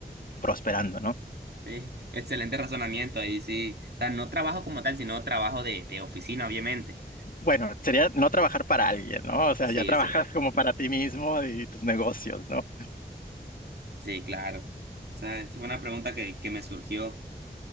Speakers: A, on the left (about 55°); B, on the right (about 80°).
A: prosperando, ¿no?
B: Eh, excelente razonamiento ahí, sí. O sea, no trabajo como tal, sino trabajo de, de oficina, obviamente.
A: Bueno, sería no trabajar para alguien, ¿no? O sea,
B: Sí,
A: ya trabajas
B: sí,
A: como para ti mismo y tus negocios, ¿no?
B: sí, claro. O sea, esa fue una pregunta que, que me surgió